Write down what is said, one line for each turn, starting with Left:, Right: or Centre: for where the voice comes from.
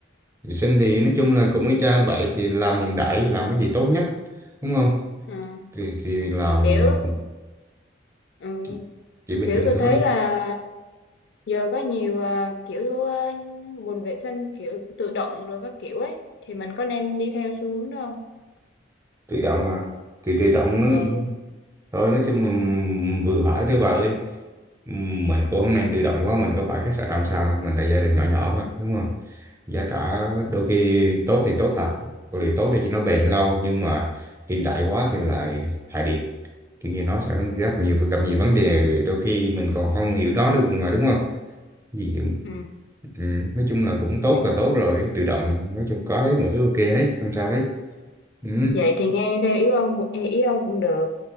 Right: Vệ sinh thì nói chung là cũng y chang vậy thì làm hiện đại làm cái gì tốt nhất đúng không?
Left: ừ.
Right: Thì, thì làm
Left: kiểu
Right: cũng
Left: ừ.
Right: chỉ, chỉ bình
Left: kiểu
Right: thường
Left: tôi
Right: thôi.
Left: thấy là giờ có nhiều à, kiểu à, bồn vệ sinh kiểu tự động rồi các kiểu ấy thì mình có nên đi theo xu hướng đó không
Right: Tự động mà. Thì tự động nó
Left: ừ.
Right: thôi nói chung là vừa hỏi thôi bà ơi Ừm, mình cũng không nên tự động quá mình có phải khách sạn năm sao đâu mình là gia đình nhỏ nhỏ mà đúng không giá cả đôi khi tốt thì tốt thật có điều tốt thì chỉ nó bền lâu nhưng mà hiện đại quá thì lại hại điện kiểu như nó sẽ gặp nhiều gặp nhiều vấn đề đôi khi mình còn không hiểu nó được mà đúng không gì
Left: ừ.
Right: ừ, nói chung là cũng tốt
Left: Thì-
Right: là tốt rồi tự động nói chung có hết mọi thứ ok hết không sao hết ừ.
Left: vậy thì nghe theo ý ông cũng ý ông cũng được